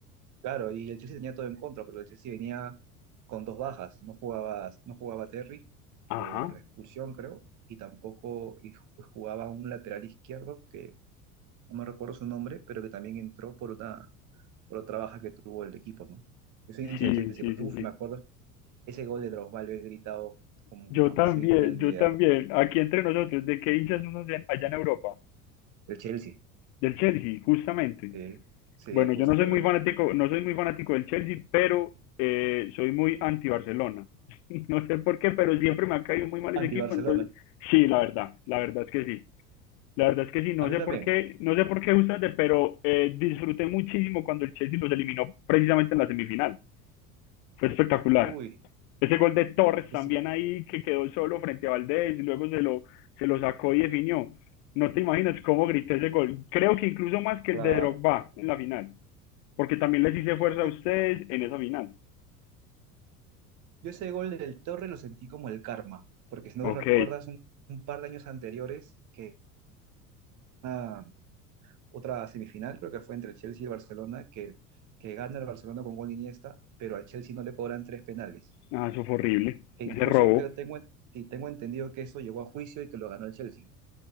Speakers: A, on the right; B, on the left.
A: claro, y el Chelsea tenía todo en contra, porque el Chelsea venía con dos bajas. No jugaba, no jugaba Terry
B: Ajá,
A: por expulsión, creo, y tampoco y ju- jugaba un lateral izquierdo que no me recuerdo su nombre, pero que también entró por una, por otra baja que tuvo el equipo, ¿no? Yo soy hincha
B: sí,
A: del Chelsea,
B: sí,
A: pero
B: sí,
A: uf,
B: sí.
A: me acuerdo ese gol de Drogba lo he gritado como
B: Yo
A: jamás
B: también,
A: he gritado en
B: yo
A: mi vida.
B: también. Aquí entre nosotros, ¿de qué hinchas son allá allá en Europa?
A: El Chelsea,
B: Del Chelsea, justamente.
A: sí, sí,
B: Bueno,
A: justamente.
B: yo no soy muy fanático, no soy muy fanático del Chelsea, pero eh, soy muy anti Barcelona. <laughs> No sé por qué, pero siempre me ha caído muy mal
A: Anti-Barcelona.
B: ese equipo, entonces sí, la verdad, la verdad es que sí. La
A: sí.
B: verdad es que sí, no
A: A mí
B: sé
A: también.
B: por qué, no sé por qué justamente, pero eh, disfruté muchísimo cuando el Chelsea los eliminó precisamente en la semifinal. Fue espectacular.
A: Uy,
B: Ese gol de Torres
A: ese,
B: también
A: go-
B: ahí que quedó solo frente a Valdés y luego se lo, se lo sacó y definió. No te imaginas cómo grité ese gol. Creo que incluso más que
A: claro.
B: el de Drogba en la final. Porque también les hice fuerza
A: Yo,
B: a ustedes en esa final.
A: yo ese gol del Torre lo sentí como el karma, porque si no
B: Ok.
A: te recuerdas, un, un par de años anteriores que ah, otra semifinal, creo que fue entre el Chelsea y el Barcelona, que, que gana el Barcelona con gol de Iniesta, pero al Chelsea no le cobran tres penales.
B: Ah, eso fue horrible.
A: Que incluso
B: Ese robo.
A: creo tengo, y tengo entendido que eso llegó a juicio y que lo ganó el Chelsea.